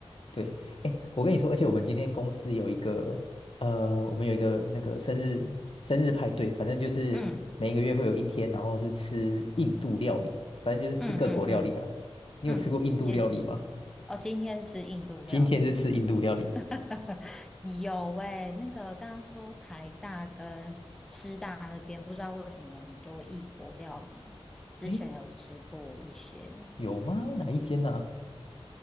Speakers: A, on the left; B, in the centre.
A: 对，哎，我跟你说，而且我们今天公司有一个呃，我们有一个那个生日生日派对，反正就是每一个月会有一天，
B: 嗯
A: 然后是吃印度料理，反正就是吃各国料理啊。
B: 嗯嗯嗯
A: 你有吃过印度料理吗？
B: 嗯，今哦，今天是印度料理，
A: 今天是吃印度料理，
B: <laughs> 有诶、那个刚刚说台大跟师大那边，不知道为什么很多异国料理，之前有吃过一些，
A: 诶，有吗？哪一间呢、